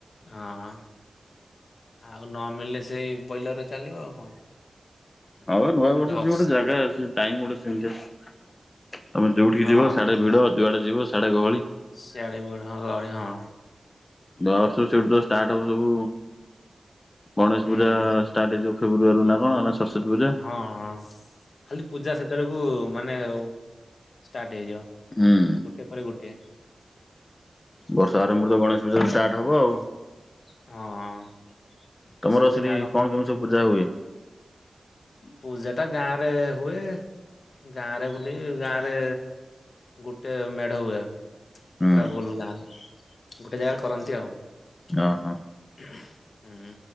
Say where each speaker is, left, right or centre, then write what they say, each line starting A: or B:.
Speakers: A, on the left; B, on the left.
A: ହଁ। ଆଉ ନ ମିଳିଲେ ସେଇ ବଇଲର୍ ରେ ଚାଲିବ ଆଉ କଣ।
B: ଆଉ ନୂଆବର୍ଷ
A: ଏଟା
B: ସେ
A: ଅପ୍ସ
B: ଗୋଟେ ଜାଗା ସେ ଟାଇମ୍ ଗୋଟେ ସେମିତିଆ ତମେ ଯଉଠିକି
A: ହଁ
B: ଯିବ ସିଆଡେ
A: ହଁ।
B: ଭିଡ ଯୁଆଡ଼େ ଯିବ ସିଆଡେ ଗହଳି।
A: ସିଆଡେ ବୁ-ହଁ ଗହଳି ହଁ।
B: ଦଶ ସେଠୁ ତ ଷ୍ଟାର୍ଟ ହବ ସବୁ ଗଣେଶ
A: ହୁଁ
B: ପୂଜା ଷ୍ଟାଟ ହେଇଯିବ ଫେବୃଆରି ରୁ ନା କଣ ନା ସରସ୍ୱତୀ ପୂଜା।
A: ହଁ -ହଁ ଖାଲି ସ୍-ଖାଲି ପୂଜା ସେତେବେଳକୁ ମାନେ ଉ- ଷ୍ଟାର୍ଟ ହେଇଯିବ।
B: ହୁଁ
A: ଗୋଟେ ପରେ ଗୋଟିଏ।
B: ବର୍ଷ ଆରମ୍ଭରୁ ତ ଗଣେଶ ପୂଜା ଷ୍ଟାର୍ଟ ହବ ଆଉ।
A: ହଁ।
B: ତମର
A: ସିଜିନ୍
B: ସେଠି
A: ଆରମ୍ଭ
B: କଣ କେମିତି ସବୁ ପୂଜା ହୁଏ?
A: ପୂଜାଟା ଗାଁରେ ହୁଏ ଗାଁରେ ବୁଲି ଗାଁରେ ଗୋଟେ ମେଢ ହୁଏ। ପୁରା
B: ହୁଁ
A: ହୋଲ୍ ଗାଁରେ ଗୋଟେ ଜାଗାରେ କରନ୍ତି ଆଉ।
B: ଓହୋ।
A: ହୁଁ।